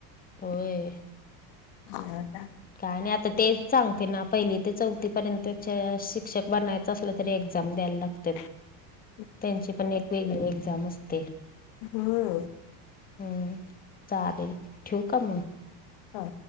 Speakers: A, on the left; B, on the left.
A: होय.
B: होता.
A: काय आणि आता तेच सांगते ना पहिली ते चौथी पर्यंतच्या शिक्षक बनय. असल्या तरी एक्झाम द्यायला लागत.
B: <unintelligible>
A: त्यांची पण एक वेगळी एक्झाम असते.
B: हो हो.
A: हम् चालेल ठेवक आहे मग.
B: हा